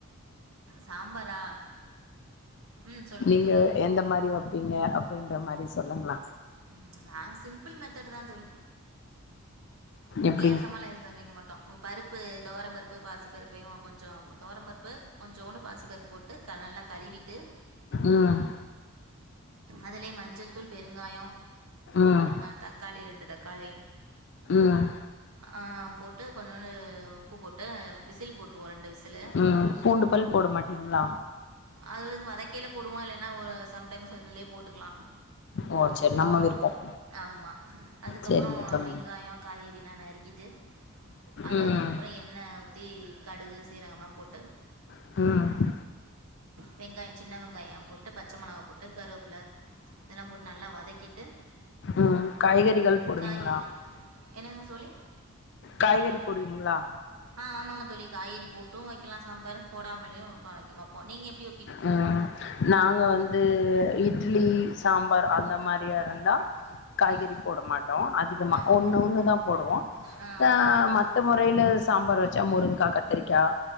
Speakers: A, on the right (about 85°); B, on the left (about 55°).
A: சாம்பாரா ம் சொல்கிறேன்
B: நீங்க
A: தோழி
B: எந்த மாரி வைப்பீங்க அப்டின்ற மாரி சொல்லுங்கள
A: ம் நா சிம்பிள் மெத்தடு தா தோழி வித்தியாசமாலா
B: எப்டி
A: எதும் சமைக்க மாட்டோ பருப்பு துவரம் பருப்பு பாசி பருப்பயு கொஞ்சோ துவரம் பருப்பு கொஞ்சோடு பாசி பருப்பு போட்டு டு நல்லா கழுவிட்டு
B: ம்
A: அதிலேய மஞ்சள் தூள் பெருங்காயோ
B: ம்
A: தக்காளி ரெண்டு தக்காளி
B: ம்
A: ஆ போட்டு கொஞ்சோண்டு உப்பு போட்டு விசில் போட் ருவே ரெண்டு விசிலு
B: ம் பூண்டு பல் போட மாட்டீங்களா
A: அது வந்து வதக்கேல போடுவோ இல்லன்னா ஒரு சம்டைம்ஸ் அதுலயே போட்டுக்கலா
B: ஓ சரி நம்ம விருப்பம்
A: ஆமா அதுக்கப்றோ
B: சரிங்க தோழி
A: வெங்காயோ காய்கறிலா நறுக்கிட்டு அது
B: ம்
A: அதுக்கப்றோ எண்ணே ஊத்தி கடுகு சீரகம்லா போட்டு
B: ம்
A: வெங்காயே சின்ன வெங்காய போட்டு பச்ச மொளகா போட்டு கருவேப்புல இதெல்லா போட்டு நல்லா வதக்கிட்டு
B: ஆ காய்கறிகள் போடுவிங்களா
A: காய்கறி என்னங்க தோழி
B: காய்கறி போடுவிங்களா
A: ஆ ஆமாங்க தோழி காய்கறி போட்டு வைக்கலா சாம்பாரு போடாமலயு வைப்போ நீங்க எப்டி
B: உ நாங்க வந்து இட்லி சாம்பார் அந்த மாரியாருந்தா காய்கறி
A: ம்
B: போட மாட்டோ அதிகமா
A: ஆ
B: ஒன்னு ஒன்னு தான் போடுவோ
A: ஆ
B: அ
A: ஆமாம் தோழி அப்படித்தான்
B: மத்த முறையில சாம்பார் வச்சா முருங்காய் கத்திரிக்காய்